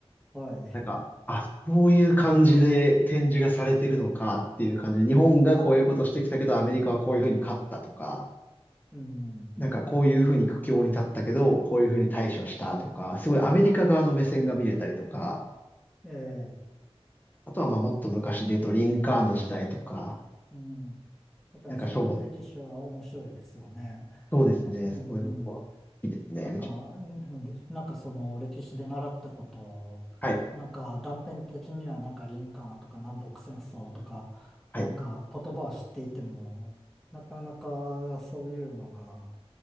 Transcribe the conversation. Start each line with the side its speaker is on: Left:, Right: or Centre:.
Centre: はい、
Left: なんか、あ、そういう感じで展示がされてるのかっていう感じで、日本がこういうことしてきたけど、アメリカはこういうふうに勝ったとか、
Centre: うん、
Left: なんかこういうふうに苦境に立ったけど、こういうふうに対処したとか、すごいアメリカ側の目線が見れたりとか、
Centre: ええ、
Left: あとはまあもっと昔で言うとリンカーンの時代とか、
Centre: うん。確かにそういう歴史は面白いですよね。
Left: なんか書物、そうですね、
Centre: 確かに、
Left: そういうことは、
Centre: うん
Left: 好きですね、
Centre: なんか、
Left: めちゃ、
Centre: うんなんかその歴史で習ったことを、
Left: はい、
Centre: なんか断片的にはなんかリンカーンとか南北戦争とか、
Left: はい、
Centre: なんか言葉は知っていても、なかなかそういうのが、